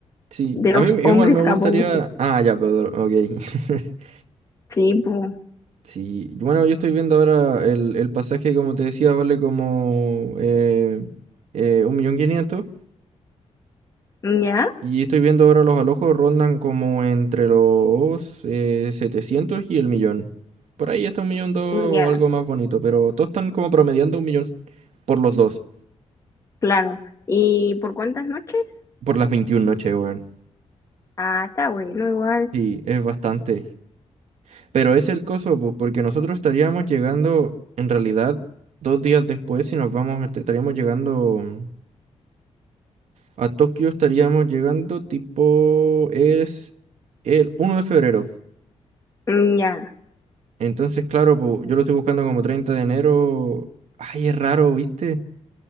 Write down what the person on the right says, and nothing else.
sí,
a
mí igual
me gustaría...
Ah, ya, pero ok. <laughs>
Sí, bueno, yo estoy viendo ahora el, el pasaje, como te decía, vale como eh, eh, un millón quinientos
y estoy viendo ahora los alojos rondan como entre los eh, 700 y el millón. Por ahí está un millón dos,
algo más bonito, pero todos están como promediando un millón por los dos,
por las 21 noches, weón.
Sí, es bastante. Pero es el coso, pues, porque nosotros estaríamos llegando, en realidad, dos días después, si nos vamos, est- estaríamos llegando mm, a Tokio, estaríamos llegando tipo, es el uno de febrero.
Entonces, claro, pues, yo lo estoy buscando como 30 de enero. Ay, es raro, ¿viste?